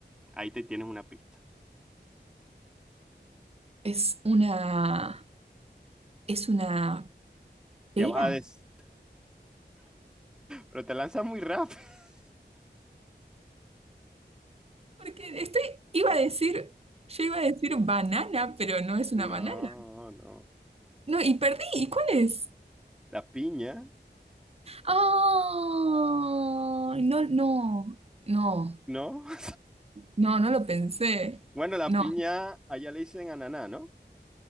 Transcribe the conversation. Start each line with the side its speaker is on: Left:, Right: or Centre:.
Centre: Ahí te tienes una pista.
Right: Es una, es una pera.
Centre: Ya vas a des, Pero te lanzas muy rápido. <laughs>
Right: Porque estoy, iba a decir, yo iba a decir banana, pero no es una
Centre: No,
Right: banana.
Centre: no.
Right: No, y perdí. ¿Y cuál es?
Centre: La piña,
Right: Ah, no, no, no,
Centre: ¿no? <laughs>
Right: no, no lo pensé.
Centre: Bueno, la
Right: No.
Centre: piña allá le dicen ananá, ¿no?